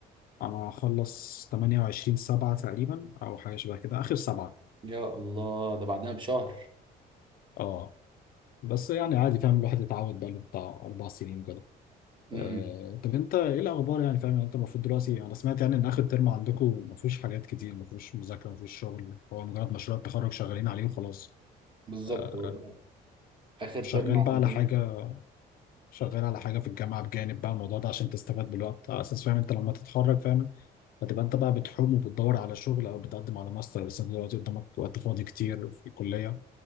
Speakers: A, on the left; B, on the right.
A: انا هخلص 28 سبعة تقريبا او حاجة شبه كده اخر سبعة
B: يا الله ده بعدها بشهر
A: اه بس يعني عادي فاهم الواحد اتعود بقاله بتاع اربع سنين كده
B: امم
A: آه، طب انت ايه الاخبار يعني فاهم يعني انت المفروض دلوقتي انا سمعت يعني ان اخر ترم عندكم ما فيهوش حاجات كتير ما فيهوش مذاكره ما فيهوش شغل هو مجرد مشروع التخرج شغالين عليه وخلاص
B: بالظبط
A: آه،
B: هو اخر ترم
A: شغال
B: عندنا
A: بقى على حاجه شغال على حاجه في الجامعه بجانب بقى الموضوع ده عشان تستفاد بالوقت على اساس فاهم انت لما تتخرج فاهم هتبقى انت بقى بتحوم وبتدور على شغل او بتقدم على ماستر بس انت دلوقتي قدامك وقت فاضي كتير في الكليه